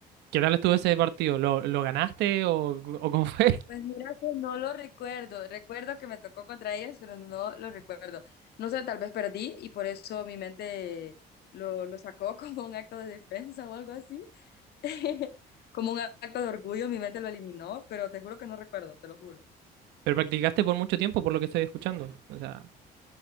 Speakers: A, on the right (about 85°); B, on the left (about 70°).
A: ¿Qué tal estuvo ese partido? ¿Lo, lo ganaste o, o cómo fue?
B: Pues mira que no lo recuerdo. Recuerdo que me tocó contra ellas, pero no lo recuerdo. No sé, tal vez perdí y por eso mi mente lo, lo sacó <laughs> como un acto de defensa o algo así. <laughs> Como un acto de orgullo, mi mente lo eliminó, pero te juro que no recuerdo, te lo juro.
A: <laughs> Pero practicaste por mucho tiempo, por lo que estoy escuchando. O sea,